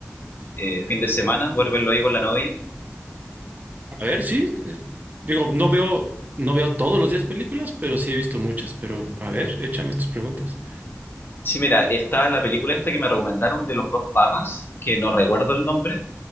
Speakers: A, on the left; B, on the right.
A: eh, fin de semana, poder verlo ahí con la novia.
B: a ver, sí. eh, Digo, no veo, no veo todos los días películas, pero sí he visto muchas. Pero a ver, échame tus preguntas.
A: Sí, mira, está la película esta que me recomendaron de los dos papas, que no recuerdo el nombre,